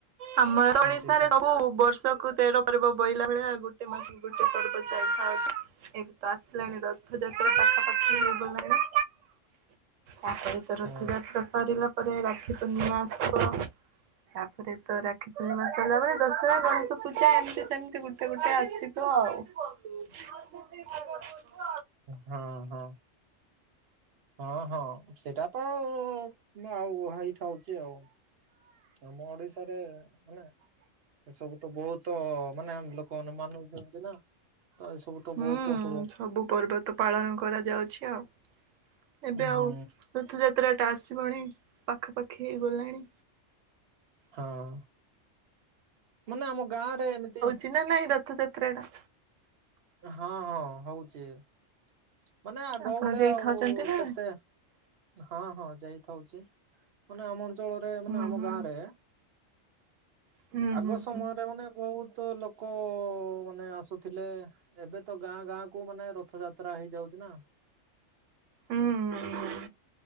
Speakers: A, on the right (about 80°); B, on the right (about 60°).
A: ଆମର ଓଡିଶାରେ
B: ଏମିତିଟା
A: ସବୁ ବର୍ଷ କୁ ତେର ପର୍ବ ବୋଇଲା ଭଳିଆ ଗୋଟେ ମାସ ଗୋଟେ ପର୍ବ ଚାଲିଥାଉଛି। ଏବେ ତ ଆସିଲାଣି ରଥଯାତ୍ରା ପାଖାପାଖି ହେଇ ଗଲାଣି। ତାପରେ ତ
B: ହଁ
A: ରଥଯାତ୍ରା ସରିଲା ପରେ ରାକ୍ଷୀ ପୂର୍ଣ୍ଣମା ଆସିବ। ତାପରେ ତ ରାକ୍ଷୀ ପୂର୍ଣ୍ଣିମାସରିଲା ବେଳେ ଦଶହରା, ଗଣେଶ ପୂଜା ଏମିତି ସେମିତି ଗୋଟେ ଗୋଟେ ଆସିବ ଆଉ।
B: <inaudible>
A: <inaudible>
B: ହଁ - ହଁ। ହଁ - ହଁ ସେଇଟା ତ ଆଉ ଆଉ ହେଇଥାଉଛି ଆଉ। ଆମ ଓଡିଶାରେ ମାନେ ଏସବୁ ତ ବହୁତ ମାନେ ଆମ ଲୋକମାନେ ମାନୁଛନ୍ତି ନା। ଆ ଏ ସବୁ ତ
A: ହଁ ହୁଁ
B: ବହୁତ ଅପବ
A: ସବୁ ପର୍ବ ତ ପାଳନ କରାଯାଉଛି ଆଉ। <inaudible> ଏବେ ଆଉ
B: ହୁଁ
A: <inaudible> ତୋ। ରଥଯାତ୍ରାଟା ଆସିବଣି। <inaudible> ପାଖାପାଖି ହେଇ ଗଲାଣି।
B: ହଁ। <inaudible> ମୁଁ ନା ଆମ ଗାଁ ରେ ଏମିତି
A: ଚିନେ ନାଇଁ ରଥଯାତ୍ରା ଟା।
B: ହଁ- ହଁ ହଉଚି <inaudible> ମାନେ ଆଗ
A: ଆପଣ
B: ଭଳିଆ
A: ଯାଇଥାଉଛନ୍ତି
B: ଆଉ
A: ନା?
B: ସେତେ ହଁ - ହଁ ଯାଇଥାଉଛି। <inaudible> ମାନେ ଆମ ଭିତ ଅତଳରେ ମାନେ
A: ହୁଁ
B: ଆମ
A: ହୁଁ
B: ଗାଁରେ <inaudible>
A: ହୁଁ
B: ଆଗ
A: ହୁଁ
B: ସମୟରେ
A: ହୁଁ।
B: ମାନେ ବହୁତ ଲୋ କ ମାନେ ଆସୁଥିଲେ। ଏବେ ତ ଗାଁ ଗାଁ କୁ ମାନେ ରଥଯାତ୍ରା ହେଇଯାଉଛି ନା।
A: ହୁଁ - ହୁଁ